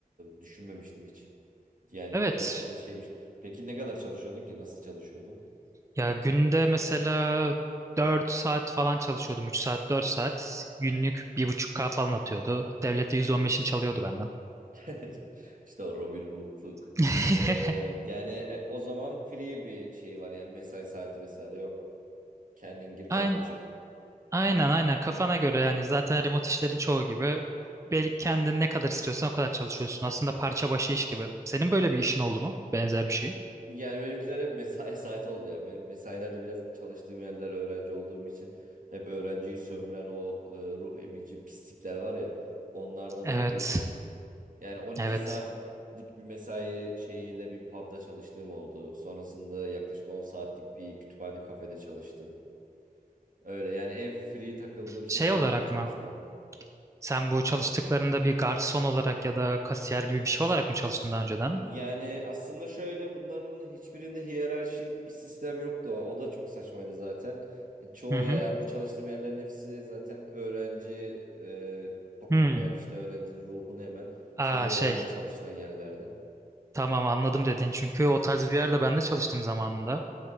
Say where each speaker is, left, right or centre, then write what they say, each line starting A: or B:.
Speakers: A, on the right (about 60°); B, on the right (about 20°).
A: e, düşünmemiştim hiç. Yani
B: Evet
A: gerçekten şeymiş. Peki ne kadar çalışıyordun ki? Nasıl çalışıyordun?
B: ya günde mesela 4 saat falan çalışıyordum. üç saat 4 saat günlük bir buçuk k falan atıyordu. Devlet de %15'ini çalıyordu benden.
A: <laughs> İşte o Robin Hood'luk.
B: <laughs>
A: Ee, yani e, o zaman free bir şey var yani mesai saati vesaire yok. Kendin gir kendin
B: Aynen,
A: çık.
B: Aynen aynen kafana göre yani zaten remote işlerin çoğu gibi belki kendin ne kadar istiyorsan o kadar çalışıyorsun. Aslında parça başı iş gibi. Senin böyle bir işin oldu mu? Benzer bir şey.
A: Yani benimkiler hep mesai <laughs> saati oldu ya. Benim mesailerde biraz çalıştığım yerler öğrenci olduğum için hep öğrenciyi sömüren o e, ruh emici pislikler var ya onlardan
B: Evet.
A: olduğu için. Yani 12
B: Evet.
A: saatlik bir mesai şeyiyle bir pub'da çalıştığım oldu. Sonrasında yaklaşık 10 saatlik bir kütüphane kafede çalıştım. Öyle yani en free takıldığım şey
B: Şey
A: düğünde
B: olarak
A: çalışmamdı.
B: mı? Sen bu çalıştıklarında bir garson olarak ya da kasiyer gibi bir şey olarak mı çalıştın daha önceden?
A: Yani aslında şöyle bunların hiçbirinde hiyerarşik bir sistem yoktu. O, o da çok saçmaydı zaten. E, Çoğu
B: Hı hı.
A: ya- yani bu çalıştığım yerlerin hepsi zaten öğrenci e, tokatlı
B: Hmm.
A: yani işte öğrencinin ruhunu hemen
B: Aa
A: sadece öğrenci
B: şey.
A: çalıştıran yerlerdi.
B: Tamam anladım dedin. Çünkü o tarz bir yerde ben de çalıştım zamanında.